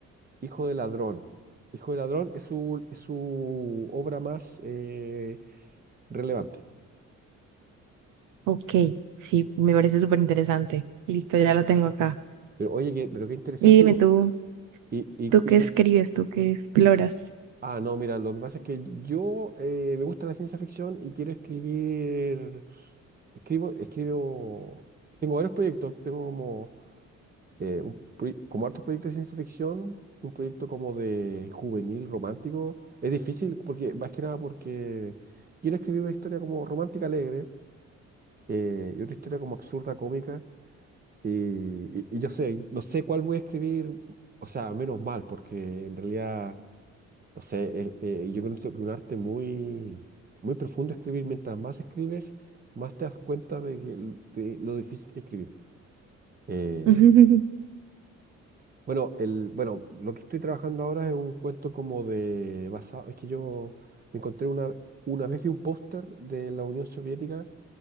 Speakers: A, on the right (about 30°); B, on the right (about 90°).
A: Hijo de Ladrón. Hijo de Ladrón es su, es su obra más eh, relevante.
B: Ok, sí, me parece súper interesante. Listo, ya lo tengo acá.
A: Pero oye, qué- pero qué interesante.
B: Y dime
A: Y,
B: tú,
A: y- y-
B: ¿tú
A: y
B: qué
A: lo-
B: escribes? ¿Tú qué exploras?
A: ah, no, mira, lo que pasa es que yo eh, me gusta la ciencia ficción y quiero escribir, escribo, escribo, tengo varios proyectos, tengo como eh, un proye- como hartos proyectos de ciencia ficción, un proyecto como de juvenil, romántico. Es difícil porque, más que nada porque quiero escribir una historia como romántica alegre eh, y otra historia como absurda, cómica. Y, y- y yo sé, no sé cuál voy a escribir, o sea, menos mal, porque en realidad, no sé, eh, eh, yo creo que es un arte muy, muy profundo escribir. Mientras más escribes, más te das cuenta de, que- de lo difícil que es escribir. Eh,
B: <laughs>
A: Bueno, el, bueno, lo que estoy trabajando ahora es un cuento como de basado. Es que yo me encontré una, una vez vi un póster de la Unión Soviética